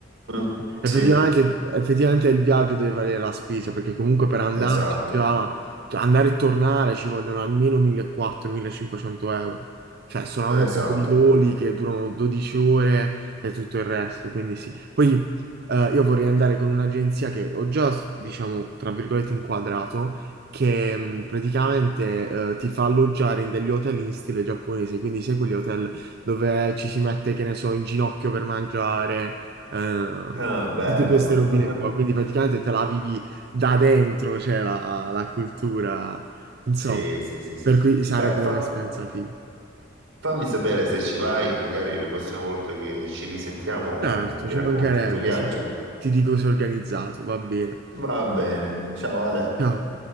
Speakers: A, on the right; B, on the right.
A: Mm,
B: Effettivamente,
A: sì,
B: effettivamente il viaggio deve valere la spesa perché comunque per andarci
A: esatto,
B: già, cioè andare e tornare ci vogliono almeno 1400-1500 euro, cioè solamente
A: esatto.
B: per i voli che durano 12 ore e tutto il resto, quindi sì. Poi eh, io vorrei andare con un'agenzia che ho già, diciamo, tra virgolette inquadrato, che mh, praticamente eh, ti fa alloggiare in degli hotel in stile giapponese, quindi sai quegli hotel dove ci si mette, che ne so, in ginocchio per mangiare, eh,
A: Ah, bello.
B: tutte queste robine
A: <laughs>
B: qua. Quindi praticamente te la vivi da dentro, cioè la, la cultura, insomma,
A: Sì, sì, sì, sì.
B: per
A: sì.
B: cui sarebbe
A: Beh, fa-
B: un'esperienza figa.
A: fammi sapere se ci vai, magari la prossima volta che ci risentiamo
B: Certo,
A: mi
B: ci
A: racconti
B: mancherebbe,
A: il tuo viaggio.
B: sì, sì. Ti dico se è organizzato, va bene.
A: Va bene, ciao Ale.
B: Ciao.